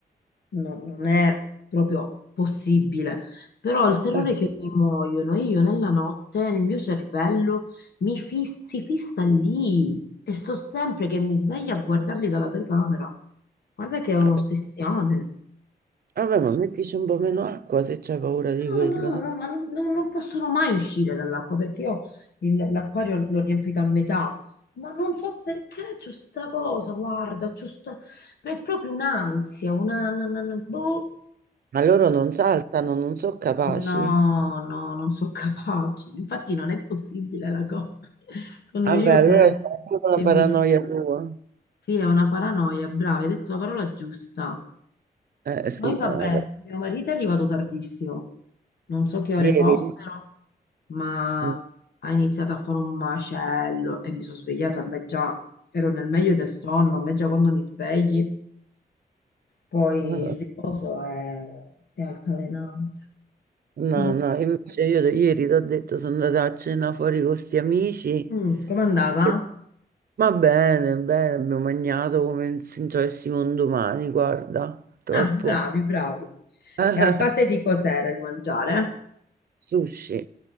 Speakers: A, on the left (about 80°); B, on the right (about 65°).
A: non- non è proprio possibile, però ho il terrore
B: eh,
A: che mi muoiono e io nella notte, nel mio cervello, mi fis- si fissa lì e sto sempre che mi sveglio a guardarli dalla telecamera. Guarda che è un'ossessione.
B: vabbè, vabbè, ma mettici un po' meno acqua se c'hai paura di
A: No,
B: quello,
A: no,
B: no?
A: no, ma non, non- non possono mai uscire dall'acqua perché io il- l'acquario l'ho riempito a metà, ma non so perché c'ho sta cosa, guarda, c'ho sta... è proprio un'ansia, una... una- una- una- boh.
B: Ma loro non saltano, non sono capaci.
A: No, no, non sono capace, <laughs> infatti non è possibile la cosa, <laughs> sono
B: Vabbè,
A: io
B: allora
A: che,
B: è tutta una
A: che
B: paranoia
A: mi fido.
B: tua.
A: Sì, è una paranoia, brava, hai detto la parola giusta.
B: Eh sì,
A: Poi
B: è
A: vabbè,
B: una par-
A: mio marito è arrivato tardissimo, non so che ore
B: ieri.
A: fossero, ma
B: mm.
A: ha iniziato a fare un macello e mi sono svegliata, a me già ero nel meglio del sonno, a me già quando mi svegli, poi
B: <laughs>
A: il riposo è, è altalenante.
B: No,
A: Boh.
B: no, invece io de- ieri ti ho detto, sono andata a cena fuori con sti amici.
A: Mm, com'è andata?
B: Sì. Va bene, bene, abbiamo mangiato come se non ci avessimo un domani, guarda, troppo.
A: Ah, bravi, bravi.
B: <laughs>
A: E a base di cos'era il mangiare?
B: Sushi,